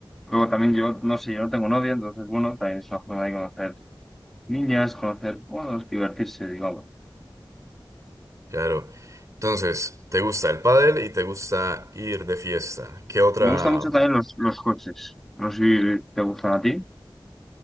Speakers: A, in the centre; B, on the right.
A: Luego también yo, no sé, yo no tengo novia, entonces bueno, también es una forma de conocer niñas, conocer, bueno, divertirse, digamos.
B: Claro. Entonces, te gusta el pádel y te gusta ir de fiesta. ¿Qué otra
A: Me gustan mucho también los, los coches. No sé si te gustan a ti.